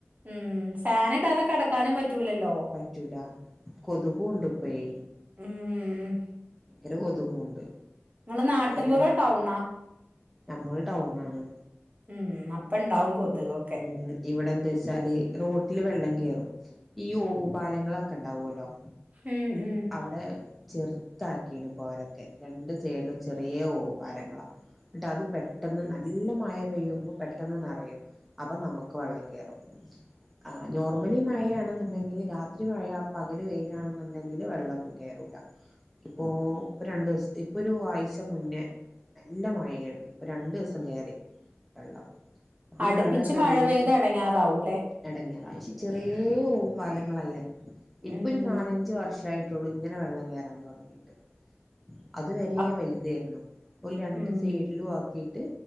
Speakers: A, on the right; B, in the centre.
A: ഉം ഫാനിടാതെ കെടക്കാനും പറ്റൂലല്ലോ
B: പറ്റൂല കൊതുകൂണ്ട് ഇപ്പഴേ
A: ഉം
B: ഭയങ്കര കൊതുകുണ്ട്
A: നിങ്ങള് നാട്ടിൻപുറം
B: ഓരോ
A: ടൗണാ
B: നമ്മള് ടൗൺ ആണ്
A: ഉം ഉം അപ്പം ഇണ്ടാവും കൊതുകൊക്കെ
B: ഉം ഇവിടെ എന്താ വെച്ചാല് റോട്ടില് വെള്ളം കയറും ഈ ഓഹുപാലങ്ങളൊക്കെ ഉണ്ടാവുമല്ലോ
A: ഉം ഉം
B: ഇവിടെ ചെറുതാക്കിണ്പ്പോരൊക്കെ രണ്ടു സൈഡിലും ചെറിയ ഓഹു പാലങ്ങളാ എന്നിട്ട് അത് പെട്ടെന്ന് നല്ല മഴ പെയ്യുമ്പോൾ പെട്ടെന്ന് നെറയും അപ്പൊ നമുക്ക് വെള്ളം കയറും ആഹ് നോർമലി മഴയാണെന്നുണ്ടെങ്കിൽ രാത്രി മഴ പകല് വെയിലാണെന്നു ണ്ടെങ്കിൽ വെള്ളൊന്നും കേയറൂല്ല ഇപ്പൊ രണ്ട് ദിവസം ഇപ്പൊ ഒരു ആഴ്ച മുന്നേ നല്ല മഴയായിരുന്നു ഇപ്പ രണ്ടു ദിവസം കേയറി വെള്ളം അപ്പൊ
A: അടുപ്പിച്ച്
B: ഈ വെള്ളക്കെ എവിടെലും
A: മഴ പെയ്ത് അടങ്ങാറാവൂല്ലേ
B: എടങ്ങേറാ പക്ഷെ ചെറിയ ഓവു പാലങ്ങളല്ലേ ഇപ്പൊ
A: ഉം
B: ഒരു നാലഞ്ച വർഷ് ഷായിട്ടുള്ളൂ ഇങ്ങനെ വെള്ളം കയറാൻ തൊടങ്ങിയിട്ട് അത് വരെ
A: അപ്
B: വലുതായിരുന്നു ഇപ്പൊ രണ്ട്
A: ഉം
B: സൈഡിലും ആ ക്കിയിട്ട്